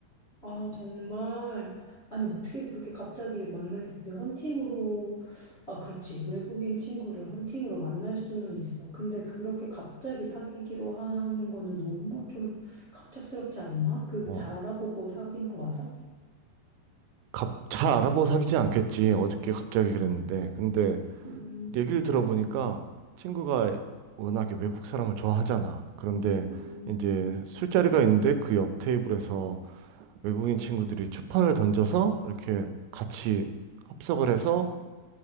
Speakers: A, on the left; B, on the right.
A: 아, 정말. 아니, 어떻게 그렇게 갑자기 만나게 됐대? 헌팅으로. 아, 그렇지. 외국인 친구를 헌팅으로 만날 수는 있어. 근데 그렇게 갑자기 사귀기로 하는 거는 너무 좀 갑작스럽지 않나? 그
B: 어,
A: 잘 알아보고 사귀는 거 맞아?
B: 갑, 잘 알아보고 사귀지 않겠지. 어저께 갑자기 그랬는데. 근데
A: 음,
B: 얘기를 들어보니까 친구가 워낙에 외국 사람을 좋아하잖아. 그런데
A: 음,
B: 이제 술자리가 있는데 그 옆 테이블에서 외국인 친구들이 추판을 던져서 이렇게 같이 합석을 해서